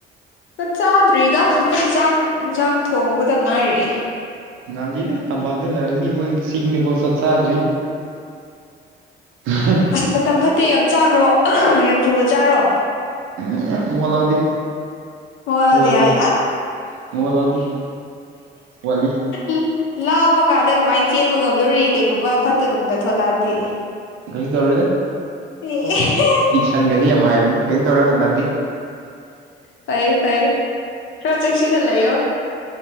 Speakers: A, on the left; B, on the right.
A: ꯆꯥꯛ ꯆꯥꯗ꯭ꯔꯤꯗ ꯑꯩꯈꯣꯏ ꯆꯥꯛ ꯏꯟꯁꯥꯡ ꯊꯣꯡꯕꯗ ꯉꯥꯏꯔꯤ ꯌꯦ
B: ꯉꯥꯜꯂꯤꯗ ꯇꯝꯄꯥꯛꯇ ꯂꯩꯔ ꯃꯤ ꯑꯩꯈꯣꯏ ꯆꯤꯡꯗꯐꯥꯎ ꯆꯥꯛ ꯆꯥꯗ꯭ꯔꯤ ꯎ <unintelligible>
A: ꯑꯁ ꯃꯇꯝ ꯐꯠꯇꯦ ꯌꯥꯝ ꯆꯥꯈ꯭ꯔꯣ ꯌꯥꯝ ꯊꯨꯅ ꯆꯥꯔꯣ
B: ꯎꯝ ꯃꯋꯥ ꯂꯥꯎꯗꯤ
A: ꯃꯉꯣꯟꯗꯗꯤ
B: ꯍꯣꯏꯗꯤ
A: ꯍꯥꯏ ꯑꯁ
B: ꯃꯋꯥ ꯂꯧꯗꯤ ꯋꯥꯠꯂꯤ
A: ꯎ ꯂꯥꯝꯃꯀꯥꯟꯗ ꯀꯃꯥꯏꯅ ꯆꯦꯟꯕ ꯉꯝꯗꯣꯔꯤ ꯀꯩꯒꯨꯝꯕ ꯐꯠꯇꯅꯨꯡꯗ ꯊꯣꯛꯂꯛꯑꯗꯤ
B: ꯀꯩꯁ ꯇꯧꯔꯣꯏꯗ
A: ꯎꯝ <unintelligible>
B: ꯁꯟꯒꯁꯤ ꯌꯥꯝ ꯍꯥꯏꯕꯅꯤ ꯀꯩꯁꯨ ꯇꯧꯔꯣꯏ ꯍꯟꯗꯛꯇꯤ
A: ꯐꯩ ꯐꯩ ꯈꯔ ꯆꯦꯛꯁꯤꯟꯅ ꯂꯩꯌꯣ